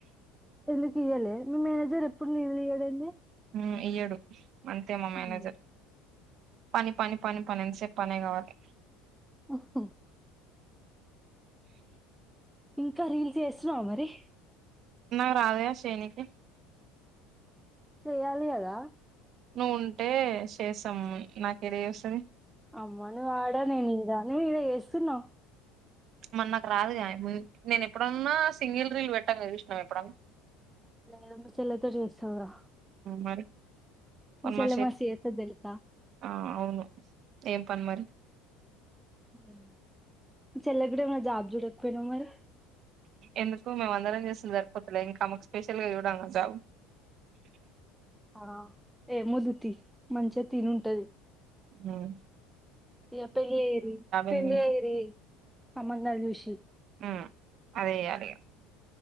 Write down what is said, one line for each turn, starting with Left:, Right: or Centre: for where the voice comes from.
Centre: ఎందుకు ఇయ్యలే మీ మేనేజర్ ఎప్పుడు లీవ్ లియ్యడే ఏంది
Right: ఊ ఇయ్యడు అంతే మా మేనేజర్
Centre: ఉమ్.
Right: పని పని పని పని ఏంతసేపు పనే కావాలి.
Centre: అహొ ఇంకా రీల్ చేస్తున్నావ మరి
Right: నాకు రాదు గా చేయనికి
Centre: చేయాలి కదా
Right: నువ్వుంటే చేసాం అని నాకు ఇడా ఏడా వస్తది
Centre: అమ్మ నువ్వు ఆడ నేను ఇడా నేను ఇడా చేస్తున్న
Right: మరి నాకు రాదుగా నేను ఎప్పుడున్నా సింగిల్ రీల్ పెట్టాంగా చూసినవా ఎపుడన్న
Centre: లేదు మీ చెల్లెతొ చేస్తావురా
Right: మరి
Centre: మీ
Right: మరి
Centre: చెల్లె
Right: మా
Centre: మస్తు చేత్తాది తెల్సా
Right: ఆ అవును ఏం పని మరి
Centre: అవును మీ చెల్లికి కూడా ఏమైనా జాబ్ చూడకపోయినావ మరి
Right: ఎందుకు మేము అందరం చేస్తున్నమ్ సరిపోతులే ఇంకా ఆమెకు స్పెషల్ గా చూడాలనా జాబ్
Centre: ఆ ఏం వొద్దు తీ మంచిగా తిని ఉంటాది
Right: అ
Centre: ఇంకా పెళ్ళి చేయిరి పెళ్ళి
Right: ఎందుకు ఇంకా
Centre: చేయిరే సంబంధాలు చూషి
Right: ఉమ్ అదే అదిగ